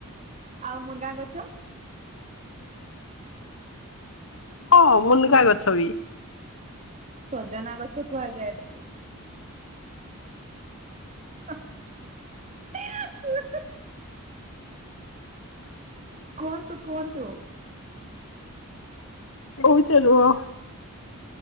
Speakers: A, on the right; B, on the left.
A: ଆଉ ମୁନ୍କା ଗଛ?
B: ହଁ ମୁନ୍କା ଗଛ ବି।
A: ସଜନା ଗଛ କୁହାଯାଏ ତାକୁ। <inaudible> କୁହନ୍ତୁ, କୁହନ୍ତୁ‌।
B: ରହୁଛ ରୁହ।